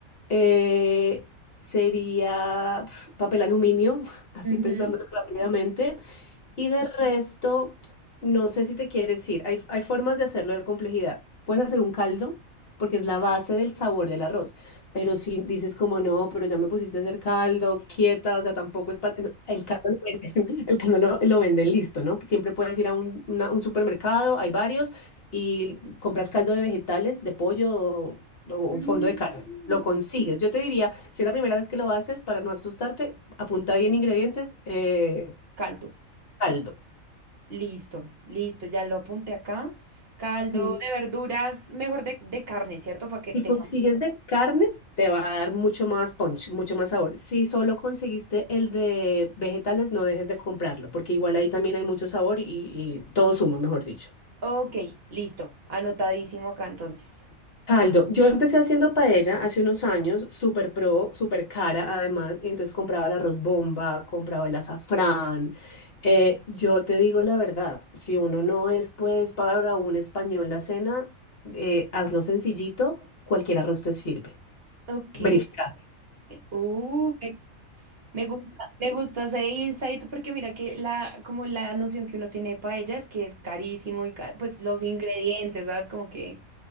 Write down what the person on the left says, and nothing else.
eh, sería pf, papel aluminio, <laughs> así
pensando rápidamente, y de resto, no sé si te quieres ir. Hay, hay formas de hacerlo de complejidad. Puedes hacer un caldo, porque es la base del sabor del arroz. Pero si dices como no, pero ya me pusiste a hacer caldo, quieta, o sea, tampoco es para... El caldo lo venden, <laughs> el caldo lo, lo venden listo, ¿no? Siempre puedes ir a un, una- un supermercado, hay varios, y compras caldo de vegetales, de pollo o, o
fondo de carne. Lo consigues. Yo te diría, si es la primera vez que lo haces, para no asustarte, apunta bien ingredientes, eh,
caldo.
Ujú.
Si
consigues de carne, te va a dar mucho más punch, mucho más sabor. Si solo conseguiste el de vegetales, no dejes de comprarlo, porque igual ahí también hay mucho sabor y, y todo suma, mejor dicho.
Caldo. Yo empecé haciendo paella hace unos años, súper pro, súper cara además, y entonces compraba el arroz bomba, compraba el azafrán. Eh, yo te digo la verdad, si uno no es pues para un español la cena, eh, hazlo sencillito, cualquier arroz te sirve.
Verifica.